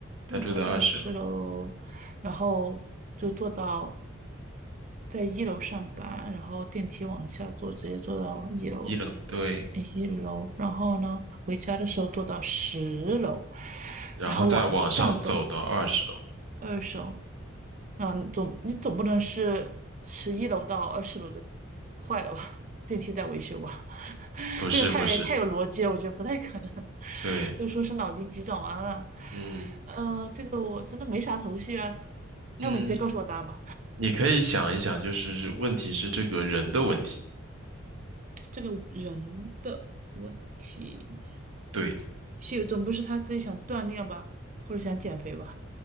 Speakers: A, on the right; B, on the right.
A: 他住在二十楼，
B: 住在二十楼，然后就坐到在一楼上班，然后电梯往下坐，直接坐到一楼，
A: 一楼，对，
B: 一楼，然后呢，回家的时候坐到十楼，
A: 然后再往上走到二十楼。
B: 然后往上走二楼，嗯，总你总不能是十一楼到二十楼的坏了吧？电梯在维修吧？<laughs>
A: 不是，
B: 这个太太有逻辑了，
A: 不是，
B: 我觉得不太可能。<laughs>
A: 对，
B: 都说是脑筋急转弯了，
A: 嗯
B: 呃，这个我真的没啥头绪啊。
A: 嗯，
B: 要不你直接告诉我答案吧。
A: 你可以想一想，就是问题是这个人的问题。
B: 这个人的问题
A: 对，
B: 是有，总不是他自己想锻炼吧，或者想减肥吧？